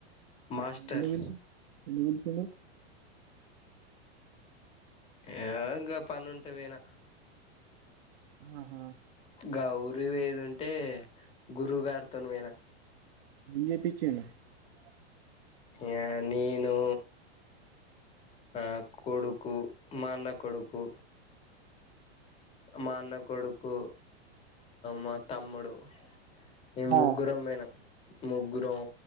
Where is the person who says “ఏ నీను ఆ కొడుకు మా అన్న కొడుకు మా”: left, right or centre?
Left